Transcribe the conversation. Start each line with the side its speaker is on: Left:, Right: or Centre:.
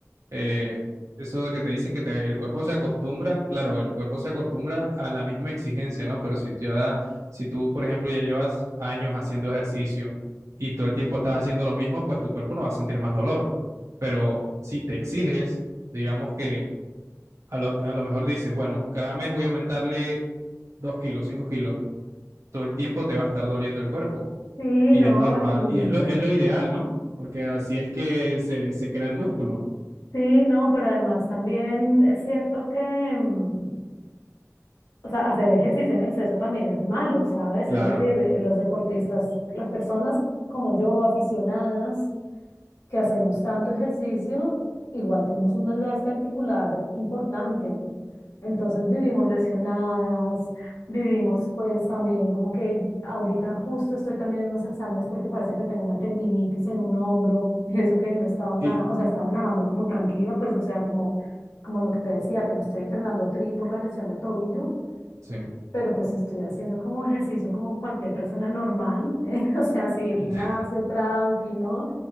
Right: eh, eso de que te dicen que te- el cuerpo se acostumbra, claro, el cuerpo se acostumbra a la misma exigencia, ¿no? Pero si tú, ya- si tú, por ejemplo, ya llevas años haciendo ejercicio y todo el tiempo estás haciendo lo mismo, pues tu cuerpo no va a sentir más dolor. Pero si te exiges, digamos que a lo, a lo mejor dices, bueno, cada mes voy a aumentarle 2 kilos, 5 kilos, todo el tiempo te va a estar doliendo el cuerpo.
Left: Sí,
Right: Y
Left: no,
Right: es normal,
Left: y
Right: y es lo, es lo ideal, ¿no? Porque así es que se, se crea el músculo,
Left: sí, no, pero además también es cierto que, mm, o sea, hacer ejercicio en exceso también es malo, ¿sabes?
Right: claro.
Left: Es decir, eh, los deportistas, las personas como yo, aficionadas, que hacemos tanto ejercicio, igual tenemos un desgaste articular importante. Entonces vivimos lesionadas, vivimos pues también como que ahorita justo estoy también en unos exámenes porque parece que tengo una tendinitis en un hombro <laughs> y eso que no he estado
Right: Y,
Left: nada, o sea, he estado nadando como tranquila, pues o sea, como, como lo que te decía, que no estoy entrenando tri por la lesión del tobillo,
Right: sí,
Left: pero pues estoy haciendo como ejercicio como cualquier persona normal, <laughs> ¿eh? O sea, sí, el
Right: <laughs>
Left: gimnasio tranqui, ¿no?